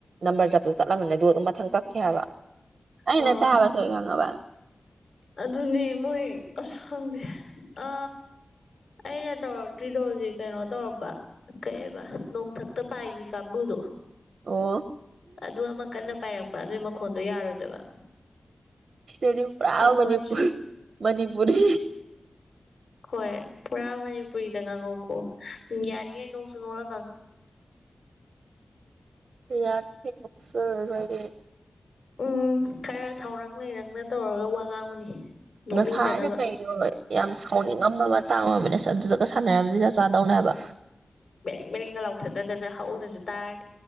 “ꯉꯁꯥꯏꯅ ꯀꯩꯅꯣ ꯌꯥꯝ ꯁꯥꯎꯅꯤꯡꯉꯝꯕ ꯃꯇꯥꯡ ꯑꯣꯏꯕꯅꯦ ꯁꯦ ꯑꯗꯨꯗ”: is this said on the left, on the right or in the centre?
Right